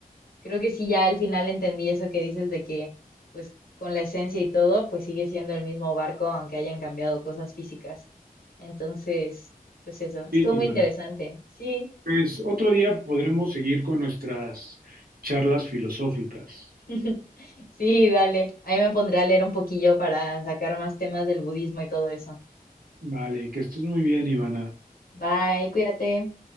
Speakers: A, on the left; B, on the right.
A: creo que sí ya al final entendí eso que dices de que, pues con la esencia y todo, pues sigue siendo el mismo barco, aunque hayan cambiado cosas físicas. Entonces, pues eso, estuvo
B: Sí, Ivana.
A: muy interesante. Sí,
B: Pues otro día podremos seguir con nuestras charlas filosóficas.
A: <laughs> sí, dale. Ahí me pondré a leer un poquillo para sacar más temas del budismo y todo eso.
B: Vale, que estés muy bien, Ivana.
A: Bye, cuídate.